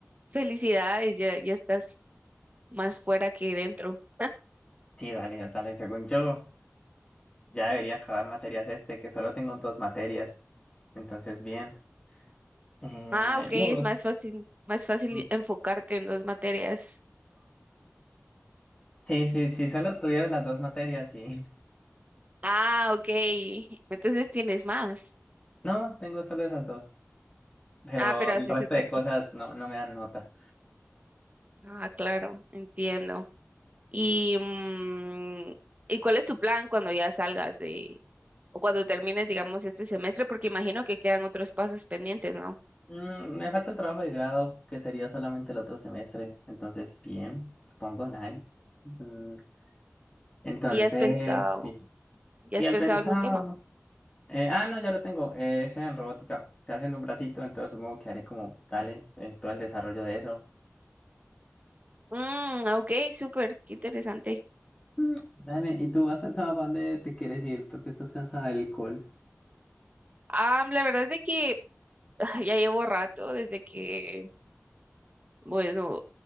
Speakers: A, on the right (about 30°); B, on the left (about 20°).
A: felicidades, ya, ya estás más fuera que dentro. <laughs>
B: Sí, dale, ya dale. Según yo, ya debería acabar materias este, que solo tengo dos materias. Entonces, bien. Eh,
A: Ah, ok, es
B: ¿y vos?
A: más fácil, más fácil
B: Mm,
A: enfocarte en dos materias.
B: Sí, sí, sí, solo tuviera las dos materias, sí. <laughs>
A: Ah, ok. Entonces tienes más.
B: No, tengo solo esas dos. Pero
A: Ah, pero
B: el
A: haces
B: resto
A: otras
B: de cosas
A: cosas.
B: no, no me dan nota.
A: Ah, claro, entiendo. Y, mm, ¿y cuál es tu plan cuando ya salgas de, o cuando termines, digamos, este semestre? Porque imagino que quedan otros pasos pendientes, ¿no?
B: Mm, me falta el trabajo de grado, que sería solamente el otro semestre. Entonces, bien, supongo, nice. Mm, entonces,
A: ¿Y has pensado,
B: sí.
A: ya
B: Y
A: has
B: al
A: pensado
B: pensar
A: algún tema?
B: eh, ah, no, ya lo tengo. eh, es en robótica. Estoy haciendo un bracito, entonces supongo que haré como, dale, eh, todo el desarrollo de eso.
A: Mm, ok, súper, qué interesante.
B: Mm, Dale, ¿y tú has pensado para dónde te quieres ir? Porque estás cansada del alcohol.
A: Ah, la verdad es de que ah, ya llevo rato desde que, bueno,